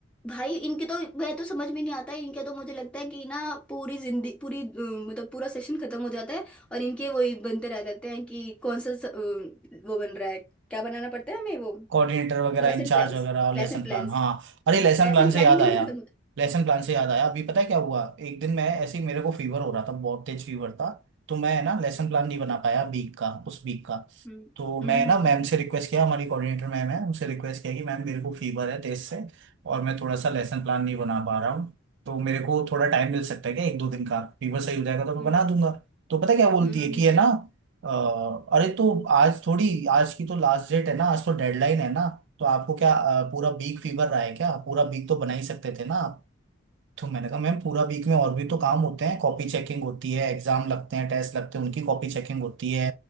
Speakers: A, in the centre; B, on the right (about 60°).
A: भाई इनके तो वह तो समझ में नहीं आता है इनके तो मुझे लगता है कि ना पूरी जिंदगी पूरी अ, मतलब पूरा सेशन खत्म हो जाता है और इनके वही बनते रह जाते हैं कि कौन सा स- अ, वो बन रहा है क्या बनाना पड़ता है हमें वो
B: कोऑर्डिनेटर वगैरह
A: Lesson
B: इंचार्ज
A: plans
B: वगैरह और लेसन
A: lesson plans
B: प्लान हाँ अरे लेसन
A: Lesson
B: प्लान
A: plan
B: से याद
A: ही नहीं
B: आया
A: बनी खत्म होता
B: लेसन प्लान से याद आया अभी पता है क्या हुआ एक दिन मैं ऐसे ही मेरे को फीवर हो रहा था बहुत तेज फीवर था तो मैं ना लेसन प्लान नहीं बना पाया वीक का उस वीक का
A: हम्म
B: तो मैं
A: हम्म
B: ना
A: हम्म
B: मैम से रिक्वेस्ट किया हमारी कोऑर्डिनेटर मैम है उनसे रिक्वेस्ट किया कि मैम मेरे को फीवर है तेज से और मैं थोड़ा सा लेसन प्लान नहीं बना पा रहा हूँ तो मेरे को थोड़ा टाइम मिल सकता है क्या एक दो दिन का फीवर सही हो जाएगा तो मैं
A: हम्म
B: बना दूंगा तो पता है क्या बोलती
A: हम्म हम्म,
B: है कि
A: हम्म,
B: है ना अ, अरे तो आज थोड़ी आज की तो लास्ट डेट है ना आज तो डेडलाइन है ना तो आपको क्या अ, पूरा वीक फीवर रहा है क्या पूरा वीक तो बना ही सकते थे ना तो मैंने कहा मैम पूरा वीक में और भी तो काम होते हैं कॉपी चेकिंग होती है एग्जाम लगते हैं टेस्ट लगते हैं उनकी कॉपी चेकिंग होती है